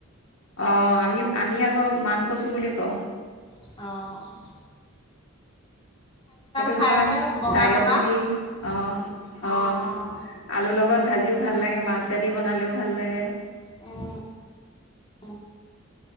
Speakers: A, on the left; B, on the left.
A: অ', আমি আমি আকৌ মান কচু বুলি কওঁ।
B: অ'।
A: সেইটো
B: খাই
A: তোমাৰ
B: যে বগা
A: দাইলতো
B: বগা
A: দি, অ', অ'।
B: অঁ অঁ
A: আলুৰ লগত ভাজিও ভাল লাগে, মাছেদি বনালেও ভাল লাগে।
B: উম। অ'।